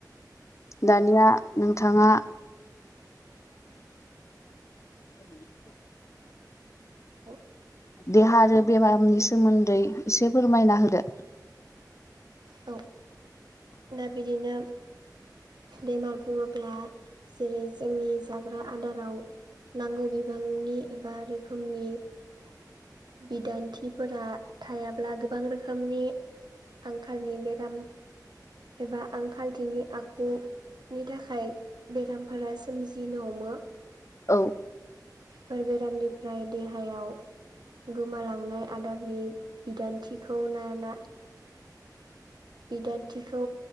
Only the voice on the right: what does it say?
<inaudible>
औ दा बिदिनो बेमार बुङोब्ला जेरै जोंनि जाग्रा आदाराव नांगौ बिबांनि एबा रोखोमनि बिदान्थिफोरा थायाब्ला गोबां रोखोमनि आंखालनि बेराम एबा आंखालथिनि आखुनि थाखाय बेरामफोरा सोमजिनो हमो
बेफोर बेरामनिफ्राय देहायाव गोमालांनाय आदारनि बिदान्थिखौ ना ला बिदान्थिखौ